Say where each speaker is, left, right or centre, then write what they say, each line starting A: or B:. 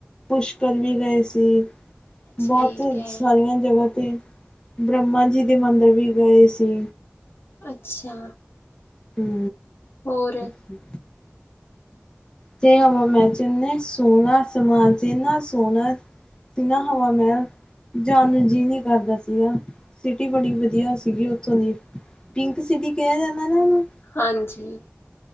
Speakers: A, on the left; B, on the left.
A: ਪੁਸ਼ਕਰ ਵੀ ਗਏ ਸੀ,
B: ਠੀਕ
A: ਬੋਤ
B: ਹੈ।
A: ਸਾਰੀਆਂ ਜਗ੍ਹਾ ਤੇ ਬ੍ਰਹਮਾ ਜੀ ਦੇ ਮੰਦਿਰ ਵੀ ਗਏ ਸੀ।
B: ਅੱਛਾ।
A: ਹੂੰ
B: ਹੋਰ?
A: ਹੂੰ ਤੇ ਹਵਾ ਮੈਲ ਚ ਏਂਨੇ ਸੋਹਣਾ ਸਮਾਨ ਸੀ ਨਾ ਏਂਨਾ ਸੋਹਣਾ ਤੇ ਨਾ ਹਵਾ ਮੈਲ ਜਾਣ ਨੂੰ ਜੀ ਨੀ ਕਰਦਾ ਸੀਗਾ, ਸਿਟੀ ਬੜੀ ਵਧੀਆ ਸੀਗੀ ਉੱਥੋਂ ਦੀ। ਪਿੰਕ ਸਿਟੀ ਕੇਆ ਜਾਂਦਾ ਨਾ ਓਨੂੰ?
B: ਹਾਂਜੀ।